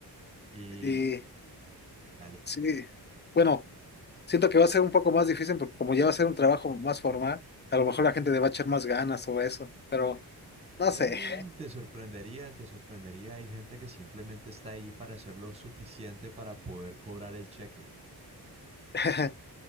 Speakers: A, on the right; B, on the left.
A: Y
B: Y
A: dale.
B: sí, bueno. Siento que va a ser un poco más difícil porque como ya va a ser un trabajo más formal, a lo mejor la gente le va a echar más ganas o eso, pero no
A: Eh,
B: sé.
A: te sorprendería, te sorprendería. Hay gente que simplemente está ahí para hacer lo suficiente para poder cobrar el cheque.
B: <laughs>